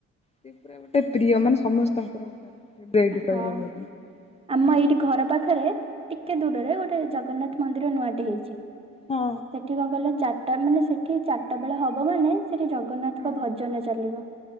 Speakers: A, on the left (about 20°); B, on the right (about 20°).
A: ସେ ପୁରା ଗୋଟେ ପ୍ରିୟ ମାନେ ସମସ୍ତଙ୍କର ଗୋଟେ। ଫେବରାଇଟ୍
B: ହଁ
A: କହିବାକୁ ଗଲେ
B: ଆମ
A: ନୁହଁ
B: ଏଇଠି ଘର ପାଖରେ ଟିକେ ଦୂରରେ
A: ହଁ
B: ଗୋଟେ ଜଗନ୍ନାଥ ମନ୍ଦିର ନୂଆଟେ ହେଇଚି।
A: ହଁ।
B: ସେଠି କଣ କହିଲ ଚାରିଟା ମାନେ ସେଠି ଚାରିଟା ବେଳ ହବ ମାନେ ସେଠି ଜଗନ୍ନାଥଙ୍କ
A: ହଁ
B: ଭଜନ ଚାଲିବ